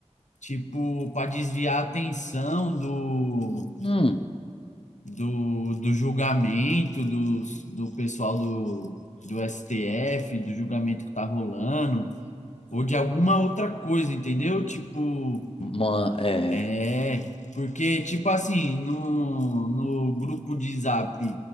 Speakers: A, on the left (about 85°); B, on the left (about 50°).
A: Tipo, para desviar a atenção do,
B: hum,
A: do, do julgamento dos, do pessoal do, do STF, do julgamento que tá rolando, ou de alguma outra coisa, entendeu? Tipo.
B: mano, é.
A: É, porque, tipo assim, no, no grupo de zap